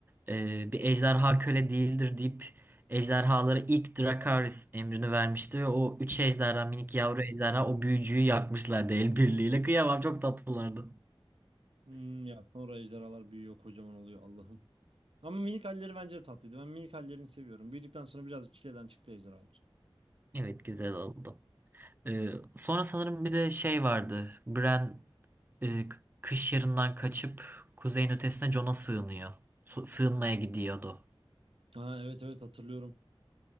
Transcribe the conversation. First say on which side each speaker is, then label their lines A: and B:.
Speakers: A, on the right (about 20°); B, on the right (about 80°).
A: E, bir ejderha köle değildir deyip ejderhalara ilk Drakaris emrini vermişti ve o üç ejderha minik yavru ejderha o büyücüyü yakmışlardı el birliğiyle. Kıyamam çok tatlılardı.
B: Hmm, ya sonra ejderhalar büyüyor kocaman oluyor Allah'ım. Ama minik halleri bence de tatlıydı. Ben minik hallerini seviyorum. Büyüdükten sonra birazcık çileden çıktı ejderhalar.
A: Evet güzel oldu. Ee, sonra sanırım bir de şey vardı. Bran e, k- kış yarından kaçıp kuzeyin ötesine Jon'a sığınıyor. Su- sığınmaya gidiyordu.
B: Ha, evet evet hatırlıyorum.